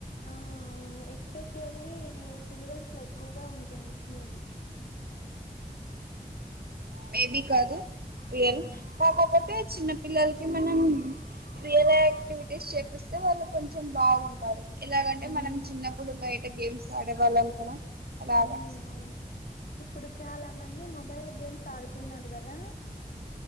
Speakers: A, on the left; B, on the right.
A: ఆ అవును ఎస్పెషల్లీ ఇది చిల్డ్రన్స్ లో ఎక్కువగా ఉంటుంది మేబి
B: మేబి కాదు రియల్
A: ఆ
B: కాకపోతే చిన్న పిల్లలకి మనం రియల్ యాక్టివిటీస్ చేపిస్తే వాళ్ళు కొంచెం బాగుంటారు ఎలాగంటే
A: మ్మ్
B: మనం చిన్నప్పుడు బయట గేమ్స్ ఆడేవాళ్ళం కదా అలాగా
A: ఆ అవును ఇప్పుడు చాలా మంది మొబైల్ గేమ్స్ ఆడుతున్నారు కదా